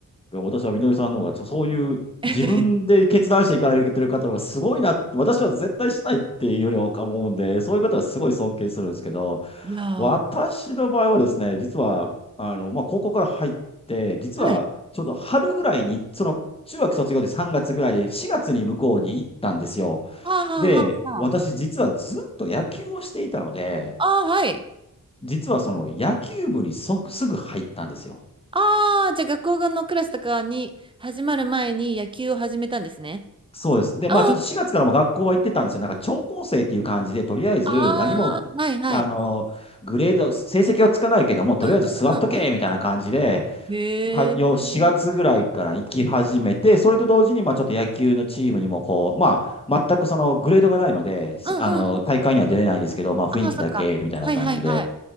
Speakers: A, on the left (about 15°); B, on the right (about 15°).
A: いや私はみのりさんの方がそ、そういう自分で決断していかれてる方の方がすごいなって、
B: <laughs>
A: 私は絶対したいっていうよりは思うんで、そういう方はすごい尊敬するんですけど、
B: いやー、
A: 私の場合はですね、実は、あの、まあ、高校から入って、実はちょうど春ぐらいに、
B: はい。
A: その、中学卒業で3月ぐらいで4月に向こうに行ったんですよ。
B: はあはあはあはあ。
A: で、私実はずっと野球をしていたので、
B: ああ、はい。
A: 実はその野球部にそすぐ入ったんですよ。
B: ああ、じゃあ学校のクラスとかに始まる前に野球を始めたんですね。
A: そうです。で、
B: あ
A: まあちょっと4月からも学校は行ってたんですよ。なんか超高生っていう感じで、とりあえず何も、
B: あ、ああ、はいはい。
A: あの、グレード、成績をつかないけども、とりあえず座っとけみたいな感じで、
B: うんうんうんうん。へえ。
A: はよ4月ぐらいから行き始めて、
B: うん
A: それと同時に、まあちょっと野球のチームにもこう、まあ全くそのグレードがないので、せあの、
B: うんうん
A: 大会には出れないんですけど、まあ雰囲気だけみたいな感じで、
B: ああ、そっか。はいはいはい。